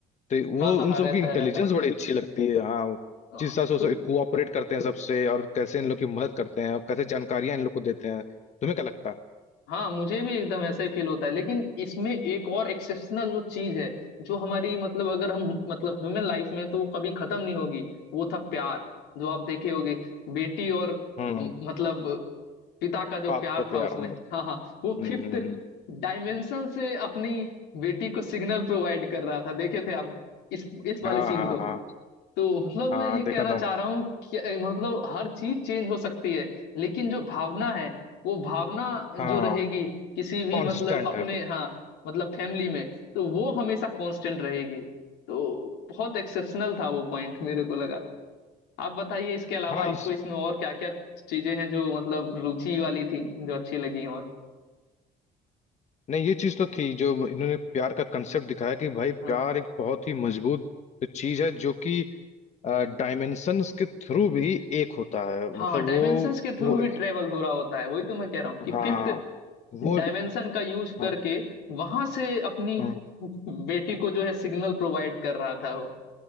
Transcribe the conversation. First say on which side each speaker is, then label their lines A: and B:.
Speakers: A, on the left; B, on the left.
A: तो वो
B: हाँ हाँ हाँ
A: उन सब
B: रहता
A: की इंटेलिजेंस
B: है रहता है
A: बड़ी अच्छी लगती है हाँ
B: हाँ,
A: जिस हिसाब से वो
B: तो
A: सब कोऑपरेट करते हैं सबसे और कैसे इन लोग की मदद करते हैं और कैसे जानकारियां इन लोग को देते हैं तुम्हें क्या लगता है
B: हाँ मुझे भी एकदम ऐसा ही फील होता है लेकिन इसमें एक और एक्सेप्शनल जो चीज है जो हमारी मतलब अगर हम मतलब ह्यूमन लाइफ में तो वो कभी खत्म नहीं होगी वो था प्यार जो आप देखे होगे बेटी और
A: हम्म
B: म- मतलब पिता का जो
A: बाप
B: प्यार
A: का प्यार
B: था उसमें
A: हम
B: हाँ हाँ
A: हम्म
B: वो फिफ्थ
A: हम्म, हम्म।
B: डायमेंशन से अपनी बेटी को सिग्नल प्रोवाइड कर रहा था देखे थे आप इस इस वाले
A: हाँ
B: सीन
A: हाँ
B: को
A: हाँ
B: तो मतलब मैं
A: हाँ
B: ये
A: देखा
B: कहना
A: था
B: चाह रहा हूँ कि मतलब हर चीज चेंज हो सकती है लेकिन जो भावना है वो भावना
A: हाँ
B: जो रहेगी किसी भी
A: कांस्टेंट
B: मतलब अपने
A: है
B: हाँ मतलब फैमिली में तो वो हमेशा कांस्टेंट रहेगी तो बहुत एक्सेप्शनल था वो पॉइंट मेरे को लगा आप बताइए इसके अलावा
A: हाँ
B: आपको
A: इस
B: इसमें और क्या क्या चीजें हैं जो मतलब रुचि वाली थी जो अच्छी लगी और
A: नहीं ये चीज तो थी जो इन्होंने प्यार का कंसेप्ट दिखाया कि भाई प्यार
B: हाँ
A: एक बहुत ही मजबूत चीज है जो कि डायमेंशंस के थ्रू भी एक होता है
B: हाँ
A: मतलब
B: डायमेंशंस
A: वो
B: के थ्रू
A: वो
B: भी ट्रेवल हो रहा होता है वही तो मैं कह रहा हूँ कि
A: हाँ
B: फिफ्थ
A: वो
B: डायमेंशन का यूज
A: हाँ
B: करके वहां से अपनी
A: हाँ,
B: बेटी को जो है सिग्नल प्रोवाइड कर रहा था वो